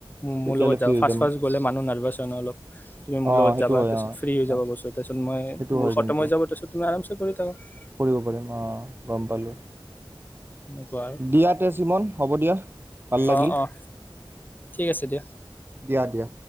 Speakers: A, on the left (about 20°); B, on the right (about 25°).
A: উম
B: তেতিয়াহ'লে
A: মোৰ লগত
B: ফ্ৰী
A: যাবা
B: হৈ
A: ফাৰ্ষ্ট
B: যাম।
A: ফাৰ্ষ্ট গলে মানুহ নাৰ্ভাছ হয় ন অলপ তুমি মোৰ
B: অঁ
A: লগত
B: সেইটো
A: যাবা
B: হয়
A: তাৰপিত
B: অঁ
A: ফ্ৰী হৈ যাবা তাৰপিছত মই
B: সেইটো হয়
A: মোৰ খতম
B: কিন্তু।
A: হৈ যাব তাৰ পিছত তুমি আৰামচে কৰি থাক
B: কৰিব পাৰিম অ' গম পালোঁ।
A: এনেকুৱা আৰু
B: দিয়া তে চিমন হ'ব দিয়া ভাল লাগিল।
A: অ' অ' ঠিক আছে দিয়া
B: দিয়া দিয়া